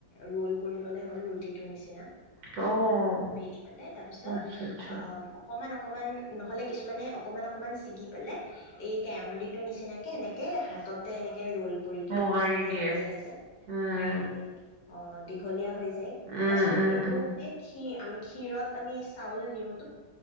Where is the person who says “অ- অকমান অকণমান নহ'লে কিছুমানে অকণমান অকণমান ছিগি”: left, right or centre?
Left